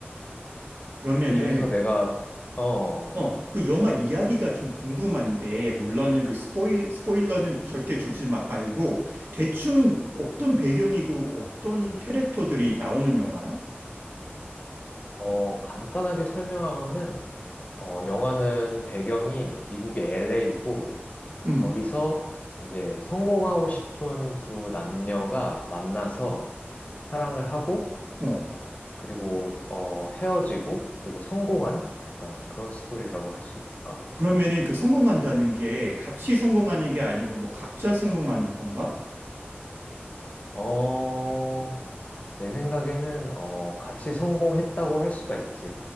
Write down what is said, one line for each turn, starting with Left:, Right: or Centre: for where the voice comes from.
Right: 그러면은
Left: 그중에서 내가 어,
Right: 어, 그 영화 이야기가 좀 궁금한데 물론은 그 스포일 스포일러는 절대 주지 마, 말고 대충 어떤 배경이고 어떤 캐릭터들이 나오는 영화야?
Left: 어, 간단하게 설명하면은, 어, 영화는 배경이 미국의 LA이고,
Right: 음.
Left: 거기서 이제 성공하고 싶은 두 남녀가 만나서 사랑을 하고,
Right: 어.
Left: 어, 그리고, 어, 헤어지고, 그리고 성공하는 약간 그런 스토리라고 할 수 있을 것 같아.
Right: 그러면은 그 성공한다는 게 같이 성공하는 게 아니고 뭐 각자 성공하는 건가?
Left: 어, 내 생각에는, 어, 같이 성공했다고 할 수가 있지.